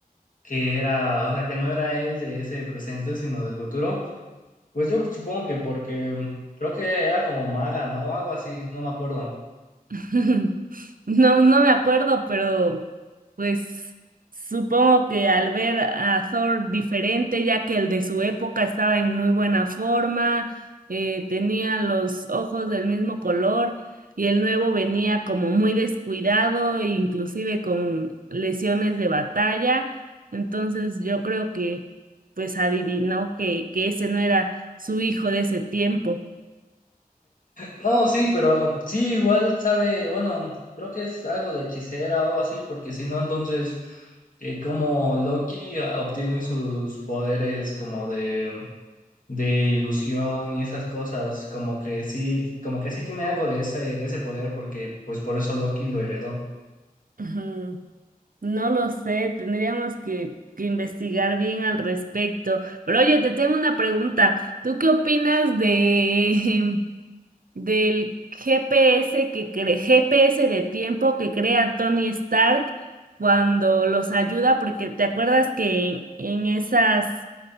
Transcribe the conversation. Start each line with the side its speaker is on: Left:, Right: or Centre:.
Left: que era, o sea, que no era él de ese presente, sino del futuro. Pues yo supongo que porque mm, creo que era como maga, ¿no? Algo así, no me acuerdo.
Right: <laughs> No, no me acuerdo, pero pues supongo que al ver a Thor diferente, ya que el de su época estaba en muy buena forma, eh, tenía los ojos del mismo color y el nuevo venía como muy descuidado, e inclusive con lesiones de batalla. Entonces yo creo que pues adivinó que, que ese no era su hijo de ese tiempo.
Left: No, sí, pero sí, igual sabe, bueno, creo que es algo de hechicera o algo así, porque si no, entonces, eh, como Loki ah, obtiene sus poderes como de, de ilusión y esas cosas, como que sí, como que sí tiene algo de ese, de ese poder, porque pues por eso Loki lo heredó.
Right: Ujú. No lo sé, tendríamos que, que investigar bien al respecto. Pero oye, te tengo una pregunta. ¿Tú qué opinas de <laughs> del GPS que cre- GPS de tiempo que crea Tony Stark cuando los ayuda? Porque te acuerdas que en, en esas